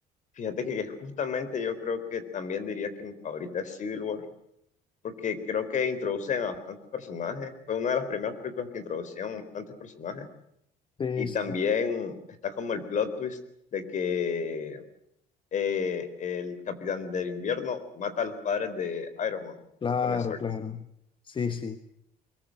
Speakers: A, on the left; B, on the left.
A: Fíjate que, que justamente yo creo que también diría que mi favorita es Civil War, porque creo que introducen a bastantes personajes. Fue una de las primeras películas que introducían bastantes personajes.
B: Sí,
A: Y también
B: sí,
A: está como el plot twist de que eh, el Capitán del Invierno mata a los padres de Iron Man,
B: claro,
A: de Tony Stark.
B: claro, sí, sí.